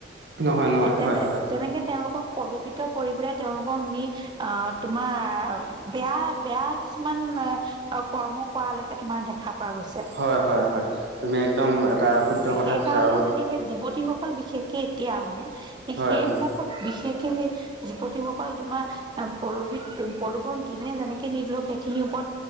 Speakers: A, on the right (about 65°); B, on the right (about 25°).
A: নহয় নহয়
B: তেনে
A: হয় হয়
B: তেনেকে তেওঁলোকক প্ৰদূষিত কৰি পেলাই তেওঁলোকক নি অ তোমাৰ বেয়া বেয়া কিছুমান অ কৰ্ম কৰালৈকে তোমাৰ দেখা পোৱা গৈছে।
A: হয় হয় হয় তুমি একদম এটা শুদ্ধ কথা
B: সেইকাৰণে
A: কৈছা আৰু
B: মানে সেই যুৱতী সকল বিশেষকে এতিয়া মানে
A: হয়
B: সেইবিলাক
A: হয়
B: বিশেষকে সেই যুৱতীসকল তোমাৰ পল্লোভিত প্ৰলোভন যোনে যেনেকে নিদিলও সেইখিনিৰ ওপৰত